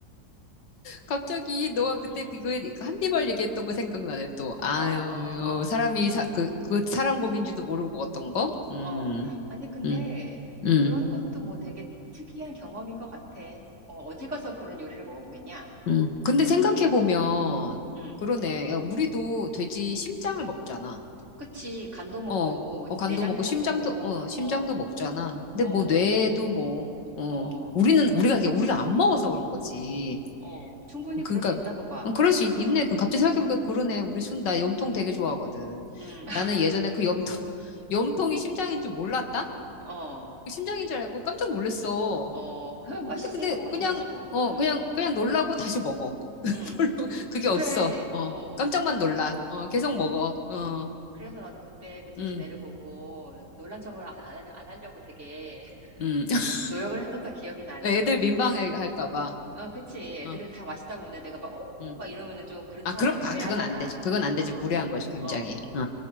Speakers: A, on the left (about 85°); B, on the right (about 40°).
A: 갑자기 너가 그때
B: 음.
A: 그거에 한니발 얘기했던 거 생각나네 또. 아유,
B: 어, 어, 어,
A: 이거
B: 어,
A: 사람이 사, 그, 그 사람 고기인지도 모르고 먹었던 거? 음,
B: 어. 어. 아니, 근데
A: 음, 음.
B: 그런 것도 뭐 되게 특이한 경험인 것 같아. 어, 어디 가서 그런 요리를 먹어보겠냐?
A: 음. 근데 생각해보면,
B: 음, 음.
A: 그러네. 야, 우리도 돼지 심장을 먹잖아.
B: 그치. 간도 먹고,
A: 어, 어, 간도
B: 내장도
A: 먹고,
B: 먹고,
A: 심장도, 어, 심장도
B: 어,
A: 먹잖아. 근데
B: 어,
A: 뭐, 뇌도 뭐, 어,
B: 어,
A: 우리는, 우리가, 이게 우리가 안 먹어서 그런 거지.
B: 어. 충분히 그럴
A: 그러니까,
B: 수 있다고 봐.
A: 어, 그럴 수 있,
B: 응
A: 네 그럼 갑자기 생각해보니까 그러네. 우리 순, 나 염통 되게 좋아하거든.
B: 응. <laughs>
A: 나는 예전에 그 염통, <laughs> 염통이 심장인 줄 몰랐다?
B: 어,
A: 그 심장인 줄 알고 깜짝 놀랐어.
B: 어. 그냥 맛있으니까
A: 근데, 근데,
B: 먹는
A: 그냥,
B: 거지, 뭐.
A: 어,
B: 음,
A: 그냥, 그냥 놀라고 다시 먹어. <laughs>
B: 음.
A: 그게 없어.
B: 그래.
A: 어,
B: 어.
A: 깜짝만
B: 어.
A: 놀라. 어, 계속
B: 어.
A: 먹어. 어,
B: 그래서 나도 그때 그 돼지
A: 음,
B: 내를 보고 놀란 척을 안, 안, 안 하려고 되게 <laughs>
A: 음. <laughs>
B: 노력을 했었던 기억이 나네.
A: 애들 민망해 할까 봐.
B: 어, 그치. 애들은
A: 어,
B: 다 맛있다고 오는데 내가 막, 어?
A: 음.
B: 어, 막 이러면은 좀 그렇잖아.
A: 아, 그럼,
B: 무례하잖아.
A: 아, 그건 안 되지. 그건 안
B: 어.
A: 되지. 무례한 거지, 굉장히.
B: 어.
A: 어,